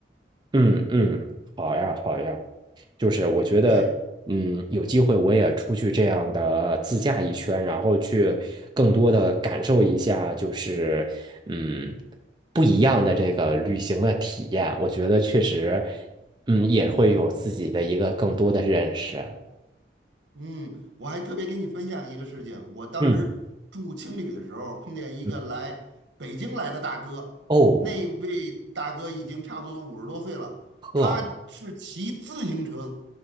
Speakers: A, on the right; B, on the right.
A: 嗯嗯，好呀好呀，就是我觉得，
B: 对，
A: 嗯，有机会我也出去这样的自驾一圈，然后去更多的感受一下，就是嗯不一样的这个旅行的体验。我觉得确实，嗯，也会有自己的一个更多的认识。
B: 嗯，我还特别给你分享一个事情，我当时住青旅的时候，
A: 嗯
B: 碰见一个来北京来的大哥，
A: 嗯，哦，
B: 那位大哥已经差不多五十多岁了，
A: 呵，
B: 他是骑自行车。